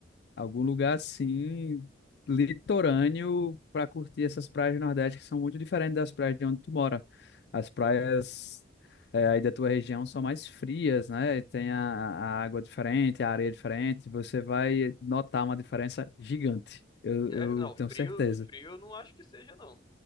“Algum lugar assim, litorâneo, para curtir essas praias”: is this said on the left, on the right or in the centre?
Left